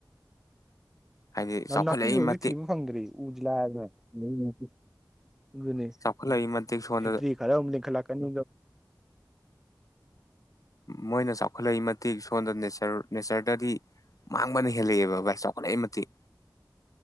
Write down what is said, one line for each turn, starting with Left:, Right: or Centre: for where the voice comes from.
Left: ꯍꯥꯏꯗꯤ
Centre: ꯅ
Left: ꯆꯥꯎꯈꯠꯂꯛꯏ
Centre: ꯅꯥꯄꯤ ꯑꯣꯏꯕꯩ
Left: ꯃꯇꯤꯛ
Centre: ꯊꯤꯕ ꯐꯪꯗ꯭ꯔꯤ ꯎꯗꯤ ꯂꯥꯏꯔꯗꯅ <unintelligible> ꯑꯗꯨꯅꯦ
Left: ꯆꯥꯎꯈꯠꯂꯛꯏ ꯃꯇꯤꯛ ꯁꯣꯝꯗ
Centre: ꯐꯦꯛꯇꯔꯤ ꯈꯔ ꯑꯃꯨꯛ ꯂꯤꯡꯈꯠꯂꯛꯀꯅꯤ
Left: ꯃꯣꯏꯅ ꯆꯥꯎꯈꯠꯂꯛꯏ ꯃꯇꯤꯛ ꯁꯣꯝꯗ ꯅꯆꯔ ꯅꯦꯆꯔꯗꯗꯤ ꯃꯥꯡꯕꯅ ꯍꯦꯜꯂꯛꯑꯦꯕ ꯚꯥꯏ ꯆꯥꯎꯈꯠꯂꯛꯏ ꯃꯇꯤꯛ